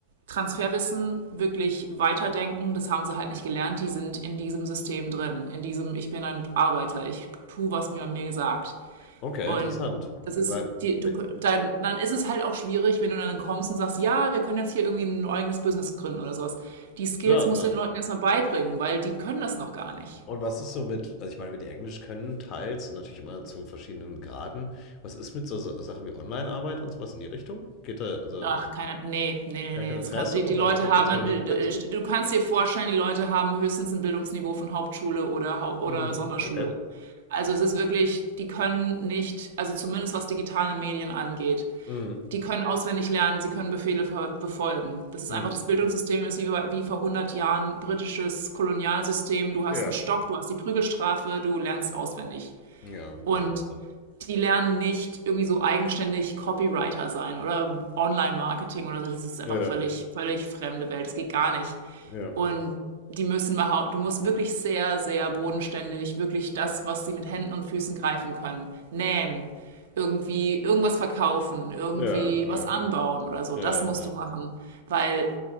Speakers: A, on the right (about 55°); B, on the left (about 35°).
A: Transferwissen, wirklich weiterdenken, das haben sie halt nicht gelernt. Die sind in diesem System drin, in diesem ich bin ein Arbeiter, ich tue, was mir mir gesagt.
B: Okay,
A: Und
B: interessant.
A: das
B: Weil,
A: ist, die,
B: weil-
A: du, dann, dann ist es halt auch schwierig, wenn du dann kommst und sagst, ja, wir können jetzt hier irgendwie ein eigenes Business gründen oder sowas. Die Skills
B: klar,
A: musst
B: klar.
A: du den Leuten erstmal beibringen, weil die können das noch gar nicht.
B: Und was ist so mit, also ich meine, wir die Englisch können, teils, natürlich immer zu verschiedenen Graden. Was ist mit so Sa- Sachen wie Online-Arbeit und sowas in die Richtung? Geht da also
A: Ach, keine, nee, nee, nee,
B: gar
A: nee,
B: kein
A: das
B: Interesse
A: kann, die,
B: oder
A: die Leute
B: gibt
A: haben,
B: es keine Möglichkeiten
A: du
B: zu?
A: kannst dir vorstellen, die Leute haben höchstens ein Bildungsniveau von Hauptschule oder, Hau- oder
B: Mhm.
A: Sonderschule.
B: Okay.
A: Also es ist wirklich, die können nicht, also zumindest was digitale Medien angeht,
B: Mhm.
A: die können auswendig lernen, sie können Befehle befolgen. Das ist
B: Mhm.
A: einfach das Bildungssystem, ist wie, wie vor 100 Jahren britisches Kolonialsystem. Du hast
B: Ja.
A: einen Stock, du hast die Prügelstrafe, du lernst auswendig.
B: Ja, okay,
A: Und
B: das macht Sinn.
A: die lernen nicht irgendwie so eigenständig Copywriter sein oder Online-Marketing oder so. Das ist einfach
B: Ja,
A: völlig, völlig fremde Welt. Das geht gar nicht.
B: ja,
A: Und die müssen behau- du musst wirklich sehr, sehr bodenständig, wirklich das, was sie mit Händen und Füßen greifen können, nähen, irgendwie irgendwas verkaufen, irgendwie
B: ja, ja,
A: was anbauen oder so.
B: ja,
A: Das musst
B: ja.
A: du machen, weil